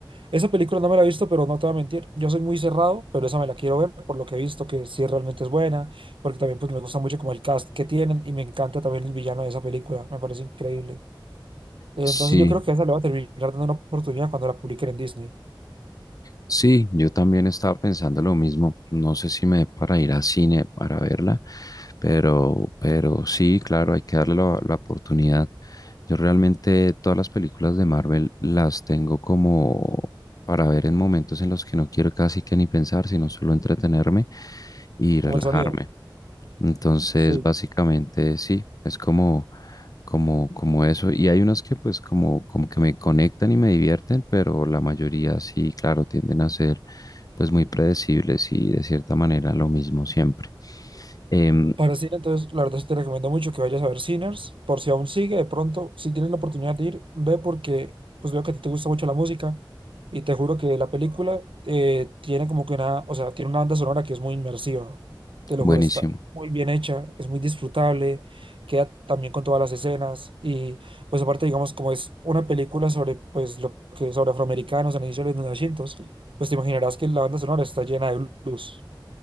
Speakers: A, on the right; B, on the left.
A: Esa película no me la he visto, pero no te voy a mentir. Yo soy muy cerrado, pero esa me la quiero ver por lo que he visto, que sí realmente es buena, porque también pues me gusta mucho como el cast que tienen y me encanta también el villano de esa película. Me parece increíble. Eh,
B: sí
A: Entonces yo creo que esa le va a terminar dando una oportunidad cuando la publiquen en Disney,
B: Sí, yo también estaba pensando lo mismo. No sé si me dé para ir a cine para verla, pero, pero sí, claro, hay que darle la, la oportunidad. Yo realmente todas las películas de Marvel las tengo como para ver en momentos en los que no quiero casi que ni pensar, sino solo entretenerme y relajarme.
A: como el sonido.
B: Entonces,
A: Sí.
B: básicamente sí, es como, como, como eso. Y hay unas que pues como, como que me conectan y me divierten, pero la mayoría sí, claro, tienden a ser pues muy predecibles y de cierta manera lo mismo siempre. Em,
A: Para cine, entonces, la verdad sí te recomiendo mucho que vayas a ver Sinners, por si aún sigue, de pronto, si tienes la oportunidad de ir, ve porque pues veo que a ti te gusta mucho la música y te juro que la película eh, tiene como que una, o sea, tiene una banda sonora que es muy inmersiva, te lo
B: buenísimo.
A: juro, está muy bien hecha, es muy disfrutable, queda también con todas las escenas y pues aparte, digamos, como es una película sobre pues lo que sobre afroamericanos en el inicio de los 1900, pues te imaginarás que la banda sonora está llena de blues.